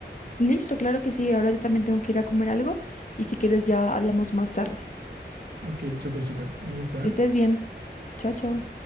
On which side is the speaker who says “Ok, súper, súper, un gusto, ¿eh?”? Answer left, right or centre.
Right